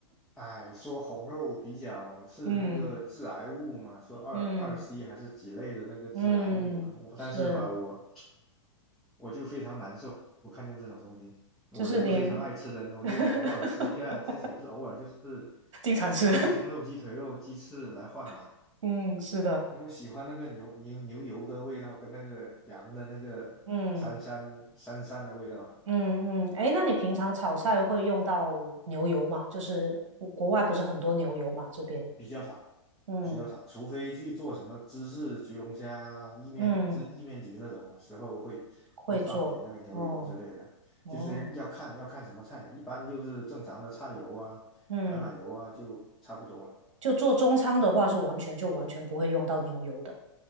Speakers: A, in the centre; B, on the right.
A: 哎，说红肉比较是那个致癌物嘛，
B: <laughs> 嗯
A: 说二二
B: 嗯
A: C 还是几类的那个致癌物嘛，
B: 嗯，
A: 我但是吧，
B: 是，
A: 我我就非常难受，我看见这种东西，
B: 就是你
A: 我一个非常爱吃的人，我就偶尔吃一下，
B: <laughs>
A: 就是也不是偶尔，就是
B: 经常吃，
A: 也拿鸡胸肉、鸡腿肉、鸡翅来换吧，
B: <laughs> 嗯，是的。
A: 因为我喜欢那个牛牛牛油的味道跟那个羊的那个膻膻膻膻的味道。
B: 嗯嗯嗯，哎，那你平常炒菜会用到牛油吗？就是国国外不是很多牛油嘛，这边，
A: 比较少，
B: 嗯
A: 比较少，除非去做什么芝士焗龙虾啊、意面、
B: 嗯，
A: 这意面焗那种时候会会放点那个牛油之类的，
B: 会做，哦哦，
A: 就是要看要看什么菜，一般就是正常的菜油啊、
B: 嗯，
A: 橄榄油啊就差不多了，
B: 就做中餐的话是完全就完全不会用到牛油的，